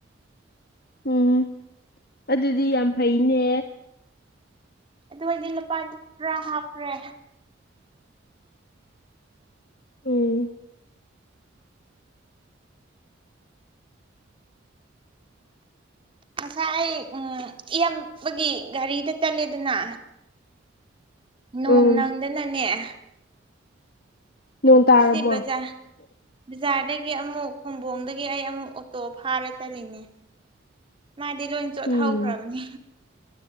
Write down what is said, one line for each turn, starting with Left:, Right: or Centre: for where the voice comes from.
Left: ꯎꯝ ꯑꯗꯨꯗꯤ ꯌꯥꯝ ꯐꯩꯅꯦ
Right: ꯑꯗꯨ ꯑꯩꯗꯤ ꯂꯨꯄꯥ ꯈ꯭ꯔꯥ ꯍꯥꯞꯈ꯭ꯔꯦ
Left: ꯎꯝ
Right: ꯉꯁꯥꯏ ꯑꯩ ꯎꯝ ꯏꯌꯥꯝꯕꯒꯤ ꯒꯥꯔꯤꯗ ꯆꯠꯂꯦꯗꯅ ꯅꯣꯡ
Left: ꯎꯝ
Right: ꯅꯪꯗꯅꯪꯉ‌ꯦ
Left: ꯅꯣꯡ ꯇꯥꯔꯕꯣ
Right: ꯑꯁꯤꯕꯖꯥ ꯕꯖꯥꯔꯗꯒꯤ ꯑꯃꯨꯛ ꯈꯣꯡꯕꯣꯡꯗꯒꯤ ꯑꯩ ꯑꯃꯨꯛ ꯑꯣꯇꯣ ꯐꯥꯔ ꯆꯠꯂꯤꯅꯤ ꯃꯥꯗꯤ ꯂꯣꯏ ꯆꯣꯠꯍꯧꯈ꯭ꯔꯕꯅꯤ
Left: ꯎꯝ